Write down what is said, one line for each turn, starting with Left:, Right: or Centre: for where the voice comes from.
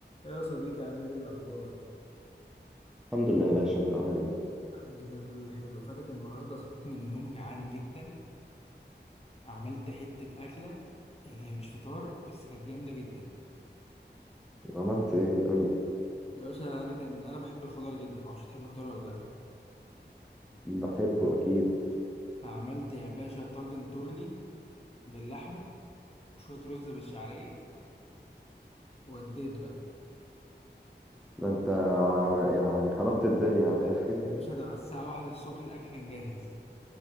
Left: إيه يا صديقي عامل ايه الاخبار
Centre: الحمد لله يا باشا انت عامل ايه
Left: الحمد لله كله حلو فاتك النهارده صحيت من النوم جعان جدا عملت حتة أكلة يعني هي مش فطار بس كانت جامدة جدا
Centre: عملت ايه قول لي
Left: يا باشا أنا كان أنا بحب الخضار جدا معرفش تحب الخضار ولا لأ
Centre: بحبه اكيد
Left: فعملت يا باشا طاجن تورلي باللحمة وشوية رز بالشعرية ووديت بقى
Centre: ده انت ع- يعني خربت الدنيا على الاخر
Left: يا باشا ده على الساعة واحدة الصبح الأكل كان جاهز